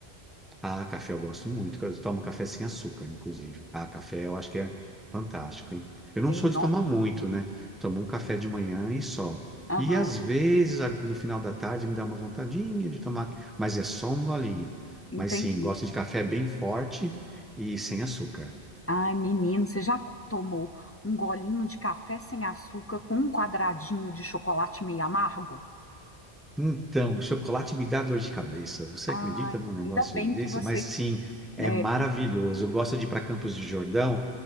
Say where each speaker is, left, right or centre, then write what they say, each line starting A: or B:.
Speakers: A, in the centre; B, on the left.
A: Ah, café eu gosto muito. Eu tomo café sem açúcar, inclusive. Ah, café eu acho que é fantástico, hein? Eu não
B: Ei,
A: sou
B: não.
A: de tomar muito, né? Tomo um café de manhã e só.
B: Aham,
A: E às vezes, a- no final da tarde, me dá uma vontadinha de tomar, mas é só um golinho.
B: entendi.
A: Mas sim, gosto de café bem forte e sem açúcar.
B: Ai, menino, você já tomou um golinho de café sem açúcar com um quadradinho de chocolate meio amargo?
A: Então, chocolate me dá dor de cabeça. Você
B: Ai,
A: acredita num negócio
B: ainda bem
A: desse?
B: que você.
A: Mas sim, é
B: É.
A: maravilhoso. Eu gosto de ir para Campos de Jordão